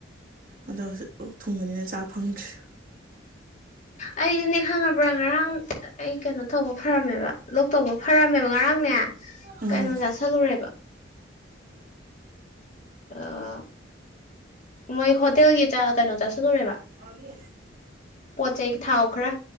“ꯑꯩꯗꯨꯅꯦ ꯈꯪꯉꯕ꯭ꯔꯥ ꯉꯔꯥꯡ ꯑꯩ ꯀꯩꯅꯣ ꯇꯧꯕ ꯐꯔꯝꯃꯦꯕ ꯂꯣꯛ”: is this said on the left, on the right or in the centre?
Left